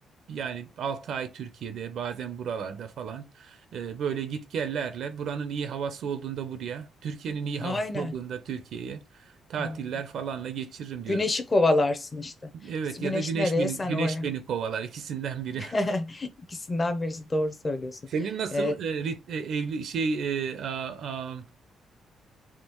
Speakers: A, on the right; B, on the left.
A: Yani 6 ay Türkiye'de bazen buralarda falan e, böyle gitgellerle buranın iyi havası olduğunda buraya, Türkiye'nin iyi havası
B: Aynen.
A: olduğunda Türkiye'ye tatiller
B: Hmm.
A: falanla geçiririm diyorum.
B: Güneşi kovalarsın işte.
A: Evet
B: İşte Güneş
A: ya da güneş
B: nereye
A: beni
B: sen
A: güneş
B: oraya.
A: beni kovalar ikisinden biri.
B: <laughs> İkisinden birisi doğru söylüyorsun.
A: <laughs> Senin nasıl
B: Ee,
A: e, rit- e, evli şey e, a- a-